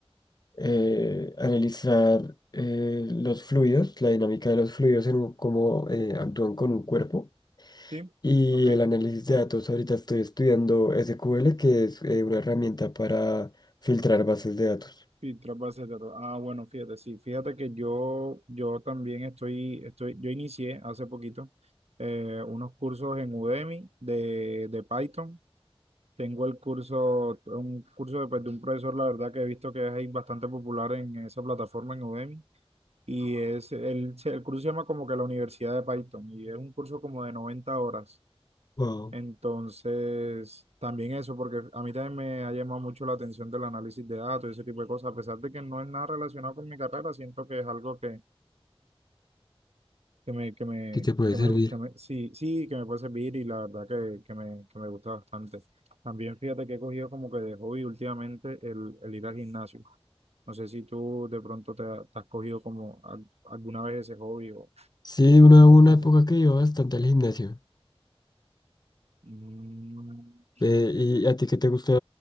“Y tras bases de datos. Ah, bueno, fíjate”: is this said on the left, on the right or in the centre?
Right